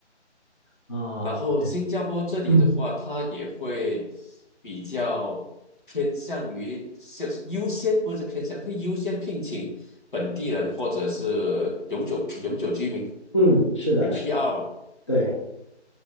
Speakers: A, on the left (about 25°); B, on the left (about 45°).
A: 啊、
B: 然后新加坡这里的话，
A: 对，嗯
B: 他也会比较偏向于先优先，不是偏向，会优先聘请本地人或者是永久永久居民，
A: 嗯，是的，
B: 有 PR
A: 是的，
B: 嘛。
A: 对，